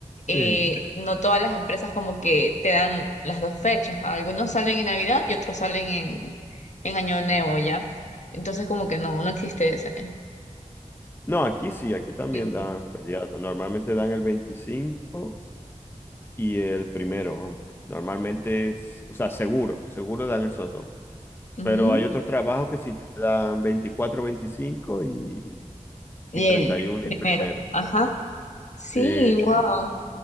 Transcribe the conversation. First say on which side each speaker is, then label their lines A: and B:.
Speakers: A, on the left (about 65°); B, on the left (about 15°).
A: eh,
B: Sí.
A: no todas las empresas como que te dan las dos fechas. Algunos salen en Navidad y otros salen en, en Año Nuevo, ¿ya? Entonces como que no, no existe ese
B: No, aquí sí, aquí también
A: tiempo.
B: dan feriado. Normalmente dan el 25 y el primero, vamos. Normalmente es, o sea, seguro, seguro dan esos dos.
A: Mm,
B: Pero hay otros trabajos que sí te dan 24, 25 y,
A: Y
B: y 31
A: el primero,
B: y primero.
A: ajá. Sí,
B: Sí, sí,
A: wow,